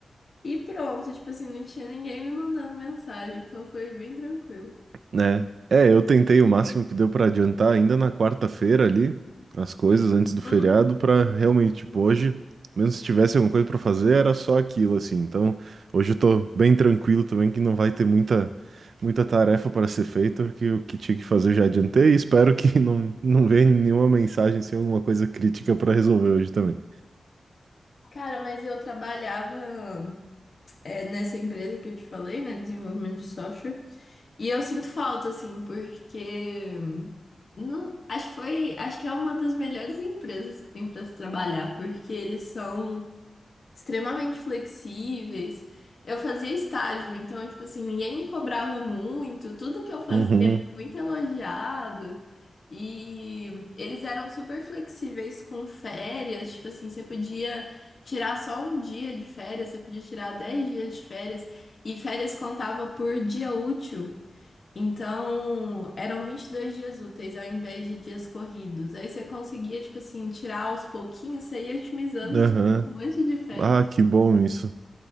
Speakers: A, on the left; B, on the right.
A: e pronto, tipo assim, não tinha ninguém me mandando mensagem, então foi bem tranquilo.
B: né? É, eu tentei o máximo que deu pra adiantar ainda na quarta-feira ali, as coisas antes do feriado,
A: Uhum.
B: pra realmente, tipo, hoje, mesmo se tivesse alguma coisa pra fazer, era só aquilo, assim. Então, hoje eu tô bem tranquilo também, que não vai ter muita, muita tarefa para ser feita, porque o que tinha que fazer eu já adiantei e espero que <laughs> não, não venha nenhuma mensagem, sem alguma coisa crítica pra resolver hoje também.
A: Cara, mas eu trabalhava. é, nessa empresa que eu te falei, né, desenvolvimento de software. E eu sinto falta, assim, porque não, acho que foi, acho que é uma das melhores empresas que tem para se trabalhar, porque eles são extremamente flexíveis. Eu fazia estágio, então, tipo assim, ninguém me cobrava muito, tudo que eu fazia
B: Uhum,
A: era muito elogiado. E eles eram super flexíveis com férias, tipo assim, você podia tirar só um dia de férias, você podia tirar 10 dias de férias, e férias contava por dia útil. Então, eram 22 dias úteis ao invés de dias corridos. Aí você conseguia, tipo assim, tirar aos pouquinhos, você ia otimizando
B: aham.
A: um monte de férias.
B: Ah, que bom isso.